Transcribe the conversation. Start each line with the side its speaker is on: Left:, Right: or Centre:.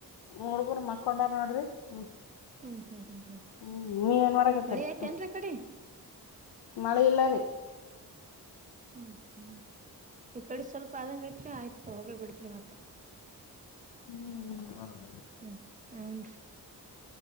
Left: ಹುಡುಗುರು ಮಕ್ಕೊಂಡಾರ ನೋಡ್ರಿ ಹ್ಮ್
Right: ಹ್ಮ್ ಹ್ಮ್ ಹ್ಮ್
Left: ಹ್ಮ್ ನೀವೇನ್ ಮಾಡಕತ್ತರ
Right: ಮಳಿ ಐತೆೇನ್ರಿ
Left: ಹ್ಮ
Right: ಆ ಕಡೆ
Left: ಮಳೆ ಇಲ್ಲಾರೀ
Right: ಹ್ಮ್ ಹ್ಮ್ ಈ ಕಡೆ ಸ್ವಲ್ಪ ಅದಂಗ ಇ ಆಯ್ತು ಹೋಗ ಬಿಡ್ತ್ರಿ ಮತ್ತ
Left: ಹ್ಮ್
Right: ಹ್ಮ್ ಹನ್